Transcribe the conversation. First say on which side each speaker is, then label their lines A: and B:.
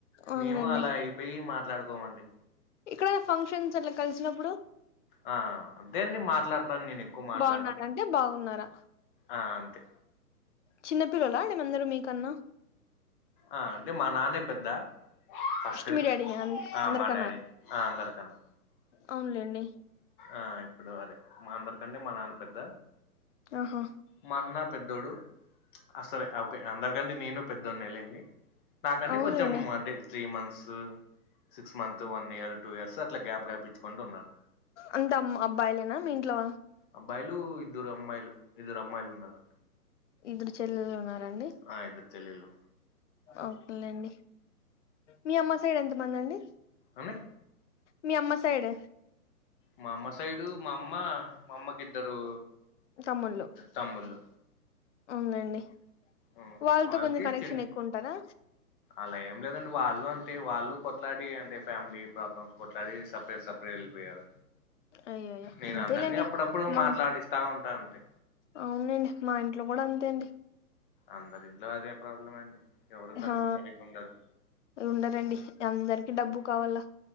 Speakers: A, on the left; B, on the left.
A: అవునండి
B: మేము అలా అయిపోయి మాట్లాడుకోమండి
A: ఇక్కడ ఫంక్షన్స్ అట్లా కలిసినప్పుడు
B: ఆ అంతే అండి మాట్లాడతాను నేను ఎక్కువ మాట్లాడను
A: బాగున్నారా అంటే బాగున్నారా
B: ఆ అంతే
A: చిన్నపిల్లలా అండి అందరు మీకన్నా
B: ఆ అంటే మా నాన్నే పెద్ద ఫస్ట్
A: మీ డాడీ నే
B: ఆ
A: అందరికన్నా
B: మా డాడిని ఆ అందరికన్న
A: అవునులేండి
B: ఆ ఇప్పుడు అదే మా అందరికన్న మా నాన్న పెద్ద
A: ఆహా
B: మా అన్న పెద్దోడు ఆ సరే ఆ ఓకే అందరికంటే నేను పెద్దోన్న లేండి నాకంటే
A: అవునులేండి
B: కొంచెం అంటే three months six month one year two years అట్లా గ్యాప్ గ్యాప్ ఇచ్చుకుంటు ఉన్నారు
A: అంత అబ్బాయిలేనా మీ ఇంట్లో
B: అబ్బాయిలు ఇద్దరు అమ్మాయిలు ఇద్దరు అమ్మాయిలు ఉన్నారు
A: ఇద్దరు చెల్లెలు ఉన్నారండి
B: ఆ ఇద్దరు చెల్లెళ్ళు
A: ఓకేనండి మీ అమ్మ సైడ్ ఎంతమంది అండి
B: అండి
A: మీ అమ్మ సైడ్
B: మా అమ్మ సైడు మా అమ్మ మా అమ్మకి ఇద్దరు
A: తమ్ముళ్లు
B: తమ్ముళ్ళు
A: ఉందండి
B: ఉమ్,
A: వాళ్ళతో
B: వాళ్ళకి
A: కొంచెం కనెక్షన్
B: చిన్న
A: ఎక్కువ ఉంటారా
B: అలా ఏం లేదండి వాళ్ళు అంటే వాళ్ళు కొట్లాడి అంటే ఫ్యామిలీ ప్రాబ్లమ్స్ కొట్లాడి సపరేట్ సపరేట్ వెళ్ళిపోయారు
A: అయ్యయ్యో
B: నేను
A: అంతేలేండి
B: అందరినీ అప్పుడప్పుడు
A: మా
B: మాట్లాడిస్తా ఉంటా అంటే
A: అవునండి మా ఇంట్లో కూడా అంతే అండి
B: అందరి ఇంట్లో అదే ప్రాబ్లం అండి ఎవరు కలిసి
A: ఆ
B: సరిగ్గా ఉండరు
A: ఉండరండి అందరికి డబ్బు కావాలా